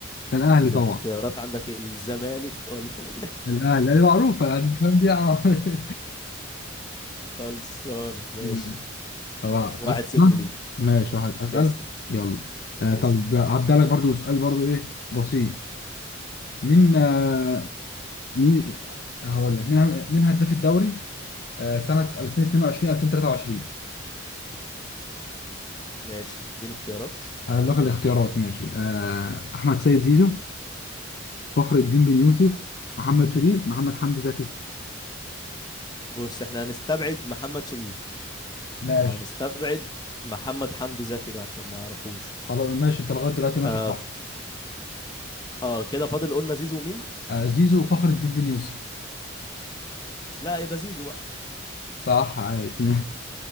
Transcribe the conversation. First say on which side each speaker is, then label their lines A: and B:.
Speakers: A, on the left; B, on the left.
A: ده الاهلي
B: الاختيارات
A: طبعا
B: عندك الزمالك ولا <laughs>
A: الاهلي دي معروفه يعني فاهم دي عار-
B: خلصانه ماشي
A: <laughs> طبعا
B: واحد
A: اسال
B: صفر ليك
A: ماشي واحد اسال
B: اسال
A: يلا آه
B: اسال
A: طب هبدا لك برضو سؤال برضو ايه بسيط مين آه مين هقول لك مين مين هداف الدوري آه سنه 2022 2023
B: ماشي اديني اختيارات
A: هقول لك الاختيارات ماشي آه احمد سيد زيزو فخر الدين بن يوسف محمد شريف محمد حمدي زكي
B: بص احنا هنستبعد محمد شريف
A: ماشي
B: وهنستبعد محمد حمدي زكي ده عشان ما اعرفوش
A: خلاص ماشي انت لغايه دلوقتي ماشي
B: اه
A: صح
B: اه كده فاضل قلنا زيزو مين
A: آه، زيزو وفخر الدين بن يوسف
B: لا يبقى زيزو بقى
A: صح عايش <laughs>